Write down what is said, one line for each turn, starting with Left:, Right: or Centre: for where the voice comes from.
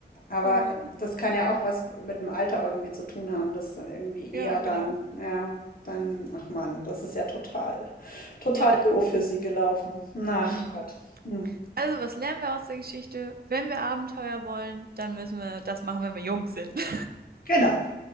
Left: Aber
Right: oh,
Left: das kann ja auch was mit dem Alter irgendwie zu tun haben, dass dann irgendwie
Right: ja,
Left: eher
Right: genau.
Left: dann, ja, dann, ach Mann, das ist ja total, total
Right: Ja.
Left: doof für sie gelaufen. Ach
Right: Mhm.
Left: Gott. Hm.
Right: Also, was lernen wir aus der Geschichte? Wenn wir Abenteuer wollen, dann müssen wir das machen, wenn wir jung sind. ne?
Left: Genau.